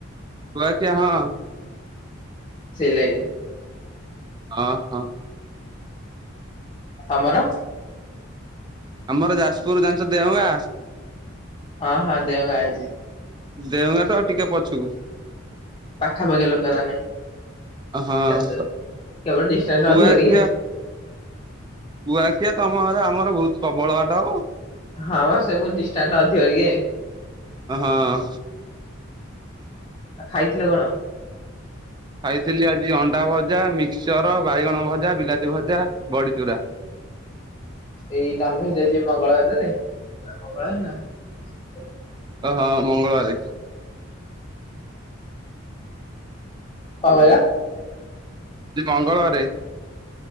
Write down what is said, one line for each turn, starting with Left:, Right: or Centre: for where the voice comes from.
Right: କୁଆଖିଆ ହଁ।
Left: ସେଇିଲାଇନି
Right: ହଁ ହଁ।
Left: ତମର?
Right: ଆମର ଯାଜପୁର ଜାଣିଛ ଦେଓଙ୍ଗା?
Left: ହଁ ହଁ ଦେଓଙ୍ଗା ଜାଣିଛି।
Right: ଦେଓଙ୍ଗା ଠୁ ଆଉ ଟିକେ ପଛୁକୁ।
Left: ପାଖା ପାଖି ଲୋକ ତାହେନେ।
Right: ହଁ
Left: କେତେ କେବଳ ଡିଷ୍ଟାନ୍ସ୍
Right: କୁଆଖିଆ
Left: ଟା ଅଧିକ ଟିକେ।
Right: କୁଆଖିଆ ତମ ଘର ଆମର ବହୁତ ପ୍ରବଳ ବାଟ ହବ ଆଉ।
Left: ହଁ ବା ସେ ମୁଁ ଡିଷ୍ଟାନ୍ସ୍ ଅଧିକ ଇଏ।
Right: ହଁ
Left: ଆ ଖାଇଥିଲେ କଣ?
Right: ଖାଇଥିଲି ଆଜି ଅଣ୍ଡା ଭଜା ମିକ୍ସଚର ବାଇଗଣ ଭଜା ବିଲାତି ଭଜା ବଡ଼ିଚୁରା।
Left: ଏଇ ନନ୍ ଭେଜ୍ ହେଇଛି ମଙ୍ଗଳବାରରେ ଆଜି ମଙ୍ଗଳବାର ନା ଶୁକ୍ରବାର।
Right: ଓ ହଁ ମଙ୍ଗଳବାରେ।
Left: କଁ କହିଲ?
Right: ଆଜି ମଙ୍ଗଳବାରେ।